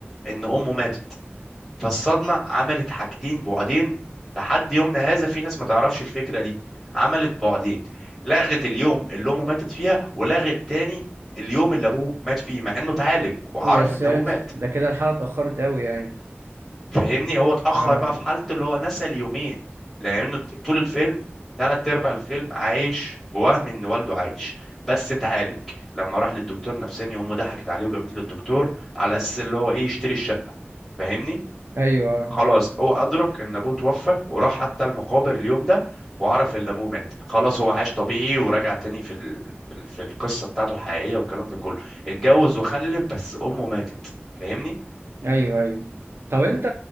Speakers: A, in the centre; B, on the right.
A: إن أمه ماتت فالصدمة عملت حاجتين بعدين لحد يومنا هذا في ناس ما تعرفش الفكرة دي عملت بعدين لغت اليوم اللي أمه ماتت فيها ولغت تاني اليوم اللي أبوه مات فيه مع إنه اتعالج وعرف
B: يا ساتر
A: إن أبوه مات
B: ده كده الحلقه اتاخرت قوي يعني
A: فاهمني هو اتأخر
B: اه
A: بقى في حالته اللي هو نسى اليومين لأنه طول الفيلم تلات أرباع الفيلم عايش بوهم إن والده عايش بس اتعالج لما راح للدكتور نفساني أمه ضحكت عليه وجابت له الدكتور على أساس اللي هو إيه يشتري الشقة فاهمني
B: ايوه
A: خلاص هو أدرك إن أبوه توفى وراح حتى المقابر اليوم ده وعرف إن أبوه مات خلاص هو عاش طبيعي ورجع تاني في ال... في ال- في القصة بتاعته الحقيقية والكلام ده كله اتجوز وخلف بس أمه ماتت فاهمني
B: ايوه ايوه طب انت